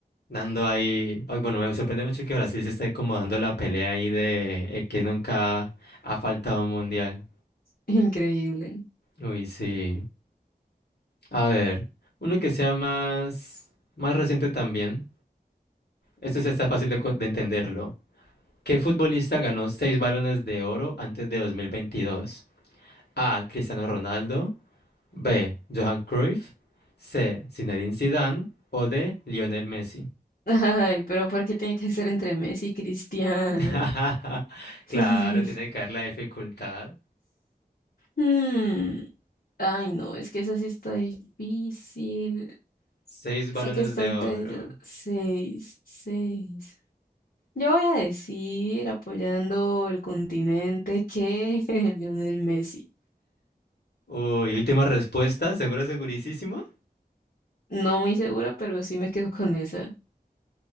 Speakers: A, on the left; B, on the left.
A: Dando ahí. Ay, bueno, me sorprende mucho que Brasil se esté como dando la pelea ahí de eh, que nunca ha faltado un mundial.
B: Increíble.
A: Uy, sí. A ver, uno que sea más, más reciente también. Esto sí está fácil de, co- de entenderlo. ¿Qué futbolista ganó seis balones de oro antes de 2022? A. Cristiano Ronaldo. B. Johan Cruyff. C. Zinedine Zidane. O D. Lionel Messi.
B: <laughs> Ay, pero ¿por qué tiene que ser entre Messi y Cristiano?
A: <laughs>
B: <laughs> Eso
A: Claro,
B: es muy...
A: tiene que haber la dificultad.
B: Hmm, Ay, no, es que esa sí está difícil.
A: Seis
B: Sé
A: balones
B: que está
A: de
B: entre
A: oro.
B: ellos. Seis, seis. Yo voy a decir, apoyando el continente, que <laughs> Lionel Messi.
A: Uy, última respuesta. ¿Segura, segurísima?
B: No muy segura, pero sí me quedo con esa.